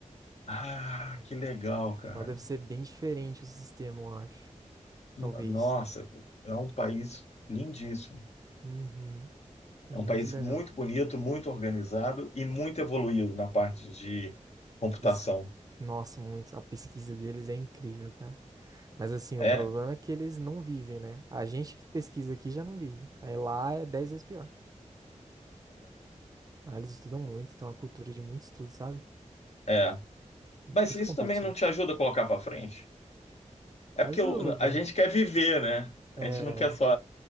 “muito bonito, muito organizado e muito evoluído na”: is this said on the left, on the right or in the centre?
Left